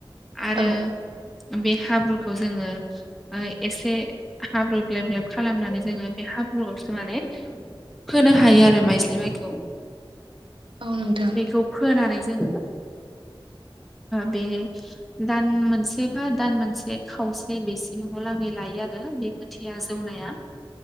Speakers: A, in the centre; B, on the right.
A: आरो
B: औ
A: बे हाब्रु जोङो एसे हाब्रु ग्लेब ग्लेब खालामनानै जोङो बे हाब्रुआवसो माने फोनो हायो आरो माइज्लि माइखौ
B: औ नोंथां
A: बेखौ फोनानै जों
B: <inaudible>
A: बे दान मोनसे बा दान मोनसे खावसे बेसिमहालागै लायो आरो। खोथिया जौनाया